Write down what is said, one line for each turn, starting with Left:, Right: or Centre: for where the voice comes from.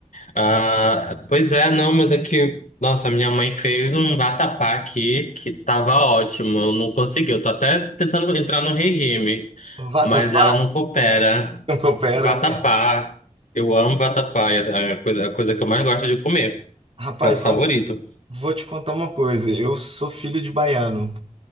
Left: Ah, pois é, não, mas é que... Nossa, minha mãe fez um vatapá aqui que tava ótimo, eu não consegui. Eu tô até tentando entrar no regime,
Right: Vatapá?
Left: mas ela não coopera.
Right: Não coopera,
Left: Vatapá,
Right: né?
Left: eu amo vatapá, é a coisa, a coisa que eu mais gosto de comer.
Right: Rapaz,
Left: Prato favorito.
Right: olha, vou te contar uma coisa. Eu sou filho de baiano.